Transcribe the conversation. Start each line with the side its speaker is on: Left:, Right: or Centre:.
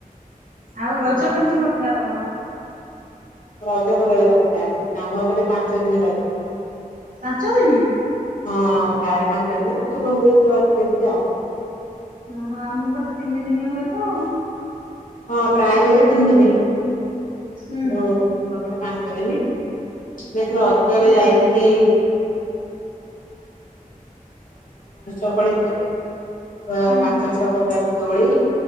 Right: ଆଉ ରଜ
Left: ହଁ।
Right: କେମିତି କଟିଲା ତମର?
Left: ରଜ ଭଲରେ କଟିଲା ଆମ ଏପଟେ ପାଞ୍ଚ ଦିନ ରଜ।
Right: ପାଞ୍ଚ ଦିନି।
Left: ହଁ ଆମ ଗାଁରେ ପାଞ୍ଚ ଦିନ ପୂର୍ବପୁରୁଷ ରୁ ଅଛି ଏମିତି ଆଉ।
Right: ଓହୋ ଆମ ପଟେ ତିନି ଦିନି ହୁଏ ତ।
Left: ହଁ ପ୍ରାୟ ଜାଗାରେ ତିନି ଦିନି
Right: ହୁଁ
Left: ଯୋଉ ଆମ ଏପଟେ ପାଞ୍ଚି ଦିନି। <unintelligible> ହତରେ
Right: ହୁଁ
Left: ଯାଇଥିଲି <unintelligible> ଅ
Right: ହୁଁ
Left: ପାଞ୍ଚ
Right: ହୁଁ
Left: ଛଅ ପ୍ରକାର ଦୋଳି,